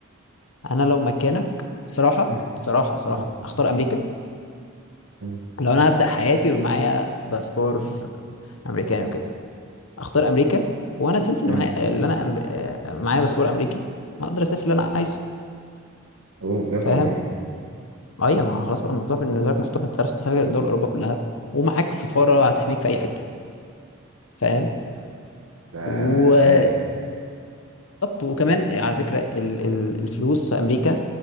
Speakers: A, on the left; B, on the right.
A: انا لو مكانك صراحه
B: مم.
A: صراحه صراحه
B: مم.
A: اختار امريكا
B: مم.
A: لو انا هبدا حياتي ومعايا باسبور امريكاني وكده اختار امريكا وانا سنس
B: جامد
A: اللي معايا اللي انا أم- آه، معايا باسبور امريكي ما اقدر اسافر اللي انا عايزه
B: اوه بجد
A: فاهم
B: والله
A: ايوه ما هو خلاص بقى الموضوع بالنسبه لك مفتوح انت تعرف تسافر دول اوروبا كلها ومعاك سفاره هتحميك في اي حته فاهم
B: أوف، ده
A: وبالظبط
B: رايق
A: وكمان على فكره ال... ال... الفلوس في امريكا